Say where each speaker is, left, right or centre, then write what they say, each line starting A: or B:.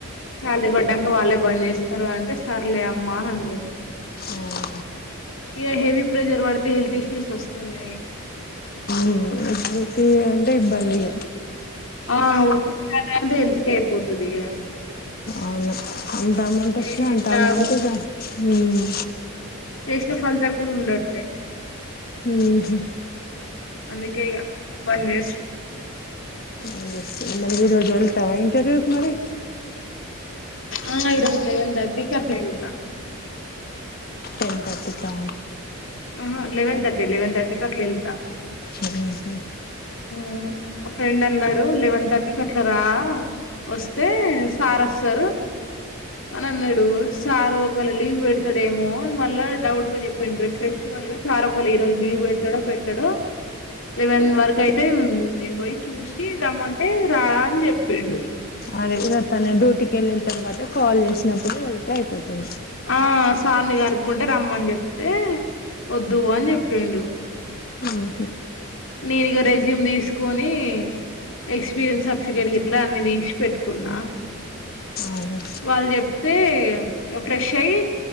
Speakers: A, on the left; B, on the left.
A: శాలరీ పడ్డాక వాళ్ళే బంద్ చేస్తారు, అంటే సర్లే అమ్మా అని అన్నారు.
B: అవునా
A: ఇగ హెవీ ప్రెషర్ పడితే హెల్త్ ఇష్యూస్ వస్తున్నాయి.
B: డ్యూటీ అం టే ఇబ్బందిగ
A: ఆ వచ్చ <unintelligible> హెల్త్ కే అయిపోతుదిగా
B: అవును ఎంత అమౌంట్
A: చేసేం
B: వచ్చిన అంత
A: లాభం
B: అమౌంట్ గా హ్మ్
A: చేసిన ఫలితం కూడా ఉండట్లే
B: మ్మ్ హు
A: అందుకే ఇగ బంద్ చేసున్నాం
B: అదే మరి ఈ రోజు వెళ్తావా ఇంటర్వ్యూ క్ మరి
A: ఆ ఈరోజు లెవెన్ థర్టీకి అలా వెళ్తా
B: టెన్ థర్టీకా
A: ఆ లెవెన్ థర్టీ లెవెన్ థర్టీకి అట్ల వెళ్తా
B: మ్మ్ హ్మ్
A: హ్మ్ ఓ ఫ్రెండ్ అన్నాడు లెవెన్ థర్టీకి అట్లా రా వస్తే సార్ వస్తారు అని అన్నాడు, సార్ ఒక వేళ లీవ్ పెడతడు ఏమో అని మళ్ళా డౌట్ గా చెప్పిండు, ఫెస్టివల్ గా సార్ ఒకళ ఈ రోజు లీవ్ పెడ్తాడో పెట్టాడో లెవెన్ వరకు ఇట్లైతే మ్మ్ నేను పోయి చూసి రమ్మంటే రాడా అని చెప్పిండు
B: అదే గదా తనే డ్యూటీకి వెళ్ళిన తర్వాత కాల్ చేసినప్పుడు వెళ్తే అయిపోతది
A: ఆ సార్ని కనుక్కుంటే రమ్మని చెప్తే వద్దు అని చెప్పిండు
B: ఆహ
A: నేనుక రెజ్యూమ్ తీసుకొని ఎక్స్పీరియన్స్ సర్టిఫికెట్ ఇట్లా అన్ని తీసి పెట్టుకున్నా
B: అదే
A: వాళ్ళు చెప్తే ఇక ఫ్రెష్ అయి